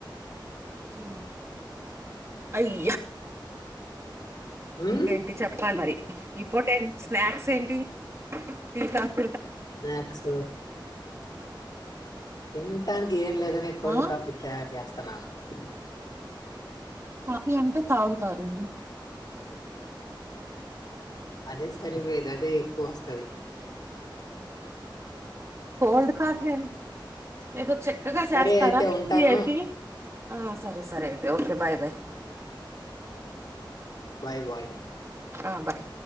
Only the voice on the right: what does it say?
హు అయ్యా
ఇంకేంటి చెప్పాలి మరి ఈ పూట ఏంటి స్నాక్స్ ఏంటి టీ కాఫీ
ఆ
కాఫీ అంటే తాగుతారు
కోల్డ్ కాఫీ ఏదో చక్కగా
చేస్తారా
మిక్సీ
ఎసి ఆ సరే సరే అయితే okay bye bye
ఆ బాయ్